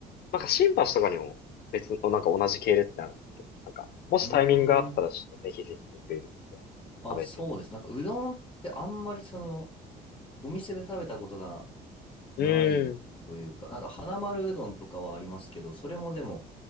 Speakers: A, on the left (about 65°); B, on the left (about 30°).
A: なんか新橋とかにも別の、なんか同じ系列ってあるんですけど、なんか、もしタイミングがあったらちょっとぜひぜひ僕いるときは食べてみ
B: うーん。あ、そうです。なんかうどんってあんまりその、お店で食べたことがないというか、
A: る
B: なんか花丸うどんとかはありますけど、それもでも